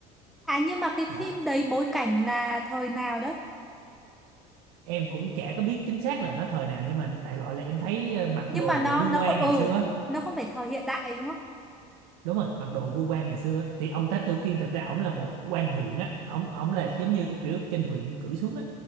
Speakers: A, in the centre; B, on the right.
A: À nhưng mà cái
B: đó
A: phim đấy bối cảnh là thời nào đó?
B: em cũng chả có biết chính xác là nó thời nào nhưng mà đại loại là em thấy ờ, mặc
A: Nhưng
B: đồ
A: mà nó
B: vu
A: nó
B: quan
A: không ừ,
B: ngày xưa á.
A: nó không phải thời hiện đại đúng không?
B: đúng rồi mặc đồ vu quan ngày xưa á. thì ông Thám Tử Kiên thực ra ổng là một quan huyện á ổng ổng là giống như kiểu trên huyện cử xuống á